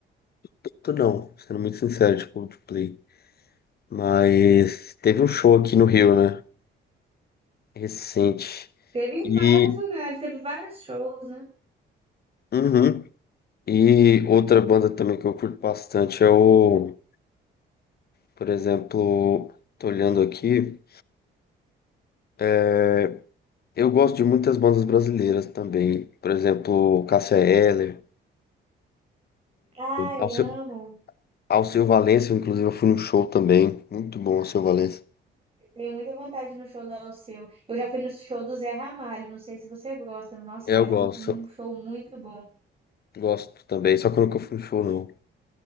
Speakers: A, on the left (about 50°); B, on the right (about 30°).
A: Muito não, sendo muito sincero, de Coldplay. Mas teve um show aqui no Rio, né? Recente.
B: Teve em
A: E,
B: vários lugares, teve vários shows, né?
A: uhum. E outra banda também que eu curto bastante é o, por exemplo, tô olhando aqui. é Eu gosto de muitas bandas brasileiras também, por exemplo, Cássia Eller,
B: Ai,
A: Alceu,
B: amo.
A: Alceu Valença, inclusive eu fui no show também, muito bom Alceu Valença.
B: Tenho muita vontade no show do Alceu. Eu já fui no show do Zé Ramalho, não sei se você gosta, nossa,
A: Eu
B: mas
A: gosto,
B: é um, um show muito bom.
A: gosto também, só que eu nunca fui no show não.